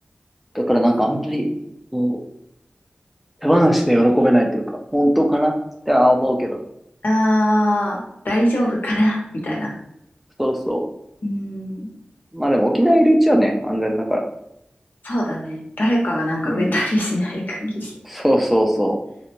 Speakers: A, in the centre; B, on the left (about 75°).
A: だからなんかあんまり、こう、手放しで喜べないというか、本当かなっては思うけど。
B: ああ、大丈夫かなみたいな。
A: そうそ
B: うん、
A: う。まあでも沖縄いるうちはね、安全だから。
B: そうだね。誰かがなんか植えたりしない限り。
A: うん。そうそうそ